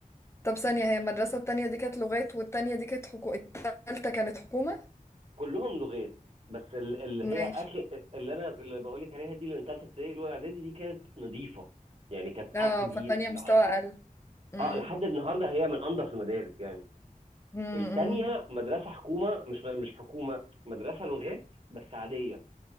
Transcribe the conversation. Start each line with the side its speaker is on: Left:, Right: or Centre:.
Left: طب ثانية هي المدرسة التانية دي كانت لغات والتانية دي كانت حكو... التالتة كانت حكومة
Right: كلهم لغات بس ال- اللي هي
Left: ماشي
Right: اخر اللي انا اللي بقول لك عليها دي اللي من ثالثه ابتدائي الاولى اعدادي دي كانت نظيفه يعني كانت
Left: اه
Right: أ- دي
Left: فالتانية مستوى
Right: اه
Left: أقل مم.
Right: آه، لحد النهارده هي من انضف المدارس يعني
Left: امم
Right: التانية مدرسة حكومة مش مش حكومة مدرسة لغات بس عادية